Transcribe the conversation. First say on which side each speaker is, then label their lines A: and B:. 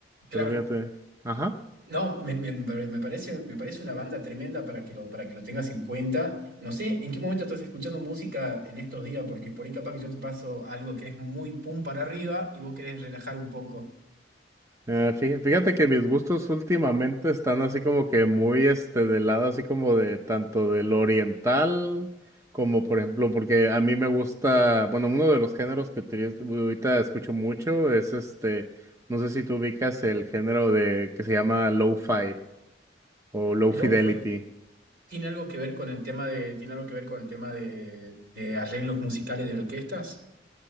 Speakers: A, on the right (about 70°); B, on the right (about 15°).
A: Claro.
B: Pero fíjate, ajá.
A: No, me, me- me parece, me parece una banda tremenda para que lo, para que lo tengas en cuenta. No sé en qué momento estás escuchando música en estos días, porque por ahí capaz que yo te paso algo que es muy pum para arriba y vos querés relajar un poco.
B: Ah, fí- Fíjate que mis gustos últimamente están así como que muy este del lado así como de tanto del oriental como por ejemplo porque a mí me gusta, bueno, uno de los géneros que utiliz- ahorita escucho mucho es este, no sé si tú ubicas el género de que se llama lo-fi o low
A: Lo-fi
B: fidelity.
A: tiene algo que ver con el tema de, tiene algo que ver con el tema de, de arreglos musicales de orquestas.